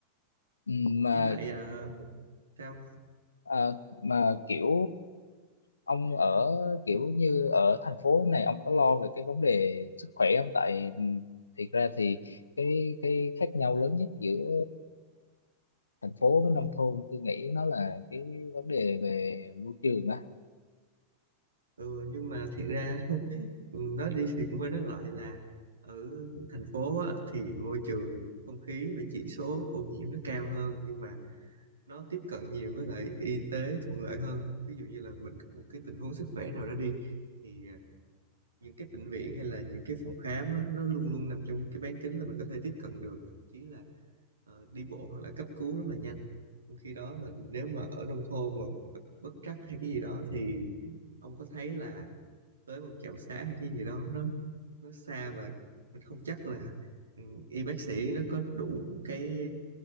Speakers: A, on the left; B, on the right.
A: Ừ, mà
B: với lại ờ, sao
A: Ờ, mà kiểu ông ở kiểu như ở thành phố này ông có lo về cái vấn đề sức khỏe không? Tại thiệt ra thì cái cái khác nhau lớn nhất giữa thành phố với nông thôn tôi nghĩ nó là cái vấn đề về môi trường á,
B: ừ, nhưng mà thiệt ra <laughs> ừ, nói đi thì cũng phải nói lại là ở thành phố á, thì môi trường không khí và chỉ số ô nhiễm nó cao hơn nhưng mà nó tiếp cận nhiều với lại y tế thuận lợi hơn ví dụ như là mình có một cái tình huống sức khỏe nào đó đi thì à, những cái bệnh viện hay là những cái phòng khám á, nó luôn luôn nằm trong cái bán kính là mình có thể tiếp cận được thậm chí là ờ, đi bộ hoặc là cấp cứu rất là nhanh trong khi đó mình nếu mà ở nông thôn mà gặp bất trắc hay cái gì đó thì ông có thấy là tới một trạm xá hay cái gì đó nó nó xa và mình không chắc là ừ, y bác sĩ nó có đủ cái